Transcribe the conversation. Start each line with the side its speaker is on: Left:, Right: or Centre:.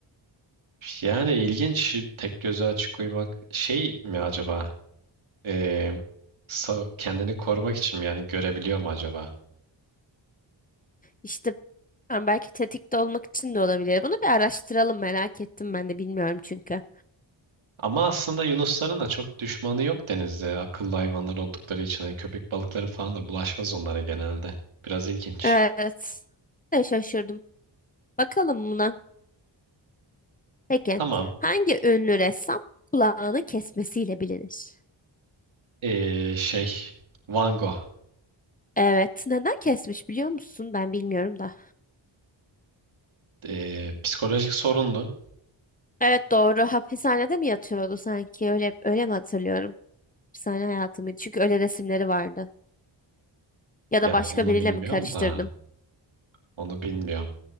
Right: Yani ilginç tek gözü açık uyumak şey mi acaba? Ee, sa- kendini korumak için mi yani görebiliyor mu acaba?
Left: İşte ben belki tetikte olmak için de olabilir. Bunu bir araştıralım merak ettim ben de bilmiyorum çünkü.
Right: Ama aslında yunusların da çok düşmanı yok denizde. Akıllı hayvanlar oldukları için hani köpek balıkları falan da bulaşmaz onlara genelde. Biraz ilginç.
Left: Evet. Ben şaşırdım. Bakalım buna. Peki.
Right: Tamam.
Left: Hangi ünlü ressam kulağını kesmesiyle bilinir?
Right: Ee, şey Van Gogh.
Left: Evet. Neden kesmiş biliyor musun? Ben bilmiyorum da.
Right: Ee, psikolojik sorunlu.
Left: Evet doğru. Hapishanede mi yatıyordu sanki? Öyle öyle mi hatırlıyorum? Hapishane hayatı mıydı? Çünkü öyle resimleri vardı. Ya
Right: Yani
Left: da başka
Right: onu
Left: biriyle
Right: bilmiyorum
Left: mi karıştırdım?
Right: da onu bilmiyorum.